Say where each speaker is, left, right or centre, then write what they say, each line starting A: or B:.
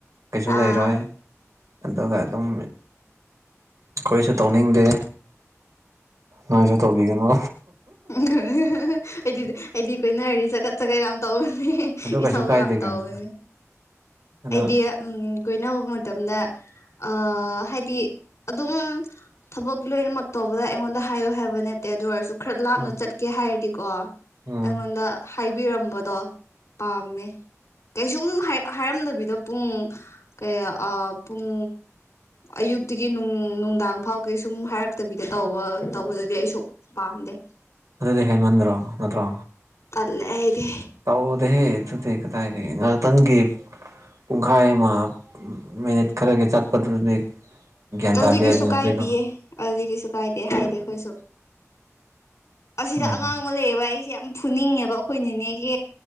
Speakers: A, on the right; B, on the left.
A: ꯀꯩꯁꯨ
B: ꯑꯥ
A: ꯂꯩꯔꯣꯏ ꯑꯗꯨꯒ ꯑꯗꯨꯝ ꯑꯩꯈꯣꯏꯁꯨ ꯇꯧꯅꯤꯡꯗꯦ ꯅꯣꯏꯁꯨ ꯇꯧꯕꯤꯒꯅꯨ
B: ꯑꯩꯗꯤ ꯑꯩꯗꯤ ꯑꯩꯗꯤ ꯍꯥꯏꯗꯤ ꯆꯀꯠ ꯆꯀꯠ ꯌꯥꯝ ꯇꯧꯕꯅꯦ
A: ꯑꯗꯨ ꯀꯩꯁꯨ
B: ꯏꯊꯧ
A: ꯀꯥꯏꯗꯦ
B: ꯌꯥꯝ
A: ꯀꯩꯅꯣ
B: ꯇꯧꯕꯅꯦ
A: ꯑꯗꯣ
B: ꯑꯩꯗꯤ ꯎ ꯀꯣꯏꯅꯕ ꯃꯇꯝꯗ ꯑ ꯍꯥꯏꯗꯤ ꯑꯗꯨꯝ ꯊꯕꯛ ꯂꯣꯏꯅꯃꯛ ꯇꯧꯕꯗ ꯑꯩꯉꯣꯟꯗ ꯍꯥꯏꯌꯨ ꯍꯥꯏꯕ ꯅꯠꯇꯦ ꯑꯗꯨ ꯑꯣꯏꯔꯁꯨ ꯈꯔ ꯂꯥꯞꯅ
A: ꯎꯝ
B: ꯆꯠꯀꯦ ꯍꯥꯏꯔꯗꯤꯀꯣ
A: ꯎꯝ
B: ꯑꯩꯉꯣꯟꯗ ꯍꯥꯏꯕꯤꯔꯝꯕꯗꯣ ꯄꯥꯝꯃꯦ ꯀꯩꯁꯨꯝ ꯍꯥꯏꯔꯝꯗꯕꯤ ꯄꯨꯡ ꯀꯌꯥ ꯄꯨꯡ ꯑꯌꯨꯛꯇꯒꯤ ꯅꯨꯡꯗꯥꯡ ꯐꯥꯎ ꯀꯩ ꯁꯨꯝ ꯍꯥꯏꯔꯛꯇꯕꯤꯗ ꯇꯧꯕ ꯇꯧꯕꯗꯗꯤ ꯑꯩꯁꯨ ꯄꯥꯝꯗꯦ
A: ꯑꯗꯨꯗꯤ ꯍꯦꯟꯃꯟꯗ꯭ꯔꯣ ꯅꯠꯇ꯭ꯔꯣ
B: ꯇꯜꯂꯦ ꯑꯩꯗꯤ
A: ꯇꯧꯗꯦꯍꯦ ꯑꯗꯨꯗꯤ ꯀꯗꯥꯢꯗꯒꯤ ꯉꯥꯏꯍꯥꯛꯇꯪꯒꯤ ꯄꯨꯡꯈꯥꯏ ꯑꯃ ꯃꯤꯅꯤꯠ ꯈꯔꯒꯤ ꯆꯠꯄꯗꯨꯗꯤ ꯒ꯭ꯌꯥꯟ
B: ꯑꯗꯨꯗꯤ
A: ꯇꯥꯕ
B: ꯀꯩꯁꯨ
A: ꯌꯥꯏꯗꯅ
B: ꯀꯥꯏꯗꯦꯌꯦ
A: ꯑꯗꯨꯗꯤꯀꯣ
B: ꯑꯗꯨꯗꯤ ꯀꯩꯁꯨ ꯀꯥꯏꯗꯦ ꯍꯥꯏꯗꯤ ꯑꯩꯈꯣꯏꯁꯨ ꯑꯁꯤꯗ
A: ꯎꯝ
B: ꯑꯉꯥꯡ ꯑꯃ ꯂꯩꯌꯦꯕ ꯑꯩꯁꯦ ꯌꯥꯝ ꯐꯨꯅꯤꯡꯉꯦꯕ ꯑꯩꯈꯣꯏꯅꯤꯅꯦꯒꯤ